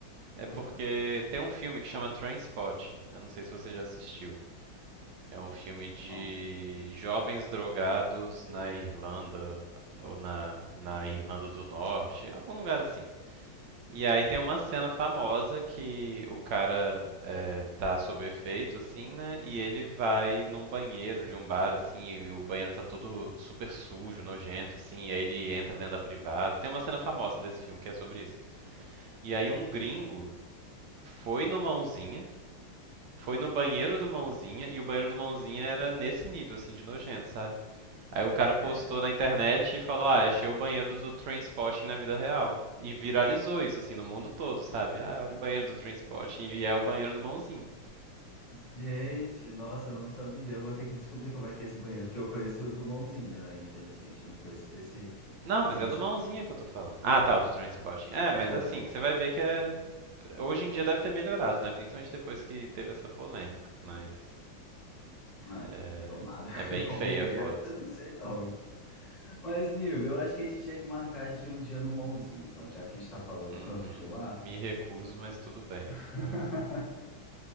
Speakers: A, on the left; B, on the right.
A: Não,
B: É porque tem um filme que chama Trainspotting. Eu não sei se você já assistiu. É um filme de
A: não.
B: jovens drogados na Irlanda, ou na, na Irlanda do Norte, algum lugar assim. E aí tem uma cena famosa que o cara é, tá sob efeito, assim, né? E ele vai num banheiro de um bar, assim, e o banheiro tá todo super sujo, nojento, assim, e aí ele entra dentro da privada. Tem uma cena famosa desse filme que é sobre isso. E aí um gringo foi no Mãozinha, foi no banheiro do Mãozinha, e o banheiro do Mãozinha era nesse nível, assim, de nojento, sabe? Aí o cara postou
A: É.
B: na internet e falou: "Ah, achei o banheiro do Trainspotting na vida real". E viralizou isso assim no mundo todo, sabe? Ah, olha o banheiro do Trainspotting e é o banheiro do Mãozinha.
A: Gente, nossa, eu não sabia. Eu vou ter que descobrir como é que é esse banheiro, porque eu conheço o do Mãozinha, né? Infelizmente, eu não conheço desse.
B: Não, mas
A: sem
B: é do Mãozinha que eu tô falando. Ah, tá, o do Trainspotting. É,
A: É,
B: mas assim,
A: o do
B: você vai ver que é hoje em dia deve ter melhorado, né? Principalmente depois que teve essa polêmica, mas
A: É,
B: é,
A: tomara, <laughs>
B: é bem
A: vamos
B: feia
A: ver.
B: a foto.
A: Eu não sei, não. Mas, amigo, eu acho que a gente tinha que marcar de um dia no Monzinho, então, já que a gente está falando
B: Uhum.
A: tanto de lá.
B: Me recuso, mas tudo bem.
A: <laughs>
B: Eu-